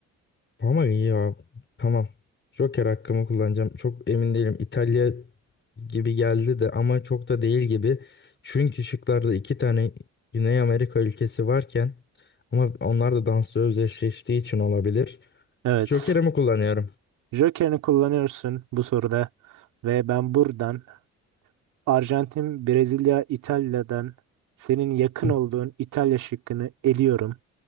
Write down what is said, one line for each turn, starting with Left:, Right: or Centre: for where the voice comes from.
Left: ama iyi ya. Tamam. Joker hakkımı kullanacağım. Çok emin değilim. İtalya gibi geldi de ama çok da değil gibi. Çünkü şıklarda iki tane Güney Amerika ülkesi varken ama onlar da dansla özdeşleştiği için olabilir.
Right: Evet.
Left: Joker'imi kullanıyorum.
Right: Joker'ini kullanıyorsun bu soruda. Ve ben buradan Arjantin, Brezilya, İtalya'dan senin yakın
Left: Hı,
Right: olduğun İtalya şıkkını eliyorum.